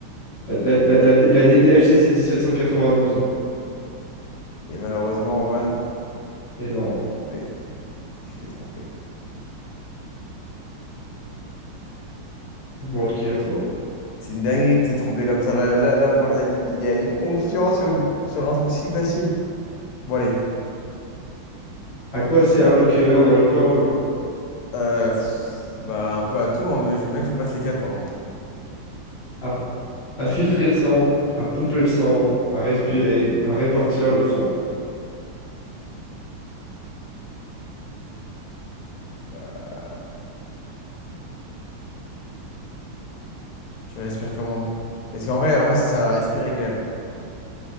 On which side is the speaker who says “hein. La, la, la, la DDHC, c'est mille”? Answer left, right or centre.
Left